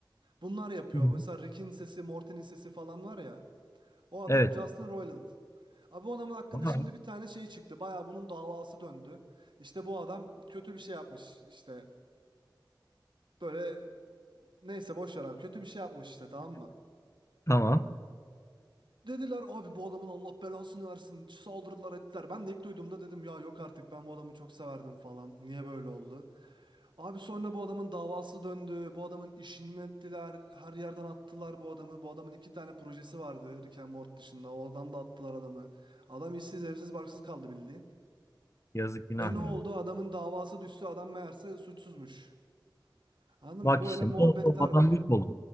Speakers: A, on the right; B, on the left.
A: Bunlar yapıyor.
B: Hı hı.
A: Mesela Rick'in sesi, Morty'nin sesi falan var ya. O adam
B: Evet.
A: Justin Roiland. Abi bu adamın hakkında
B: Ama
A: şimdi bir tane şey çıktı. Baya bunun davası döndü. İşte bu adam kötü bir şey yapmış. İşte böyle neyse boş ver abi. Kötü bir şey yapmış işte tamam mı?
B: Tamam.
A: Dediler abi bu adamın Allah belasını versin. Saldırdılar ettiler. Ben de ilk duyduğumda dedim ya yok artık ben bu adamı çok severdim falan. Niye böyle oldu? Abi sonra bu adamın davası döndü. Bu adamın işini ettiler. Her yerden attılar bu adamı. Bu adamın iki tane projesi vardı Rick and Morty dışında. Oradan da attılar adamı. Adam işsiz, evsiz, barksız kaldı bildiğin.
B: Yazık günah
A: E ne oldu?
B: ya.
A: Adamın davası düştü. Adam meğerse suçsuzmuş. Anladın
B: Bak
A: mı? Böyle
B: işte
A: muhabbetler
B: ne oldu o adam
A: var.
B: yok oldu.